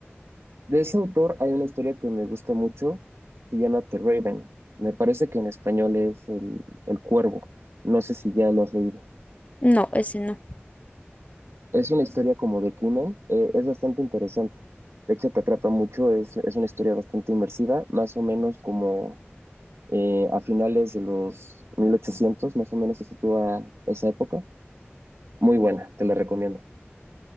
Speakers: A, on the right; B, on the left.
A: De ese autor hay una historia que me gusta mucho, se llama The Raven. Me parece que en español es El, el Cuervo. No sé si ya lo has leído.
B: No, ese no.
A: Es una historia como de crimen, eh, es bastante interesante. De hecho, te atrapa mucho, es, es una historia bastante inmersiva, más o menos como eh, a finales de los 1800. más o menos se sitúa esa época. Muy buena, te la recomiendo.